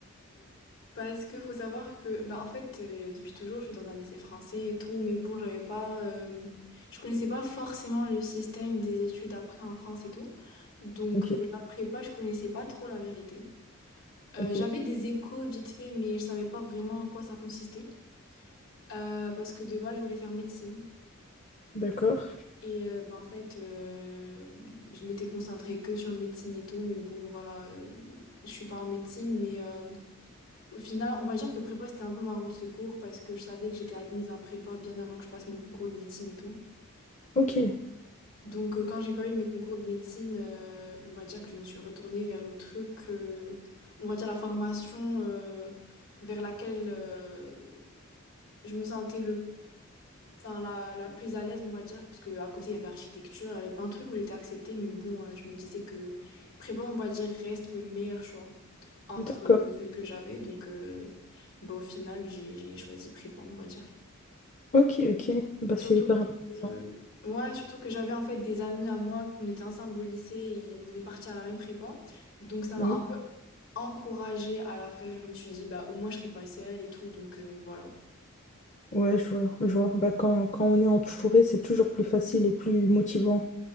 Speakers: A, on the left (about 70°); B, on the left (about 35°).
A: Parce que faut savoir que, bah, en fait, euh, depuis toujours, je suis dans un lycée français et tout, mais bon, j'avais pas, euh, je connaissais pas forcément le système des études après en France et tout. Donc,
B: Ok,
A: euh, la prépa, je connaissais pas trop la vérité. Euh,
B: ok,
A: j'avais des échos vite fait, mais je savais pas vraiment en quoi ça consistait. Euh, parce que de base, je voulais faire médecine.
B: d'accord.
A: Et euh, bah, en fait, euh, je m'étais concentrée que sur médecine et tout, mais bon, voilà, euh, je suis pas en médecine, mais. euh, Au final, on va dire que prépa, c'était un peu ma roue de secours parce que je savais que j'étais admise en prépa bien avant que je passe mes concours de médecine et tout.
B: Ok,
A: Donc, euh, quand j'ai pas eu mes concours de médecine, euh, on va dire que je me suis retournée vers le truc, euh, on va dire la formation euh, vers laquelle euh, je me sentais le enfin, la, la plus à l'aise, on va dire, parce que à côté, il y avait architecture, il y avait plein de trucs où j'étais acceptée, mais bon, euh, je me disais que prépa, on va dire, reste le meilleur choix entre
B: d'accord.
A: euh, ceux que j'avais. Donc, euh, bah, au final, j'ai, j'ai choisi prépa, on va dire.
B: Ok, ok. Bah,
A: Surtout
B: c'est hyper
A: que,
B: intéressant.
A: euh, ouais, surtout que j'avais en fait des amis à moi, on était ensemble au lycée et on est partis à la même prépa. Donc, ça m'a
B: Oui.
A: un peu encouragée à la faire. Je me suis dit, bah, au moins, je serai pas seule et tout. Donc, euh, voilà.
B: Ouais, je vois, je vois. Bah, quand, quand on est entouré, c'est toujours plus facile et plus motivant